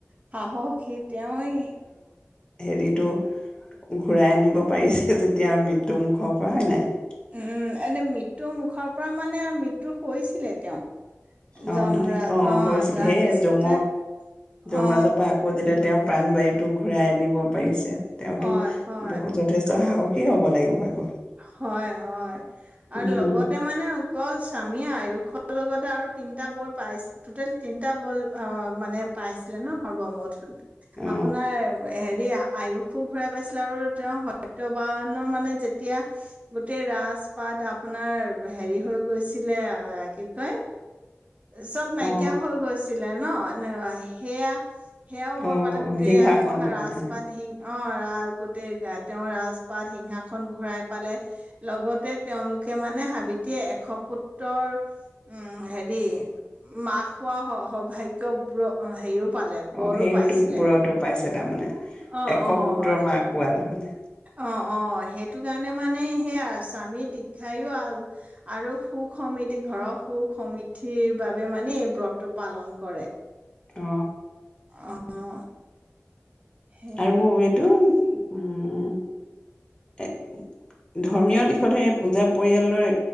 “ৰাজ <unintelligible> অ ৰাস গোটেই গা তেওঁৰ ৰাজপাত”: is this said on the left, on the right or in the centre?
Right